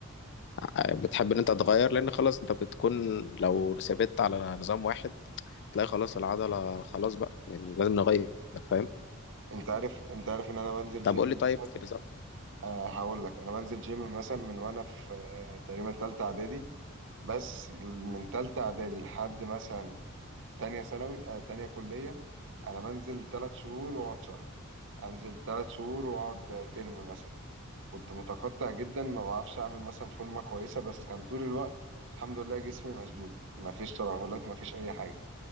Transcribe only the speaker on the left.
آه، بتحب إن أنت تغير لأن خلاص أنت بتكون لو ثبت على نظام واحد تلاقي خلاص العضلة خلاص بقى يعني لازم نغير فاهم
طب قول لي طيب
في نظام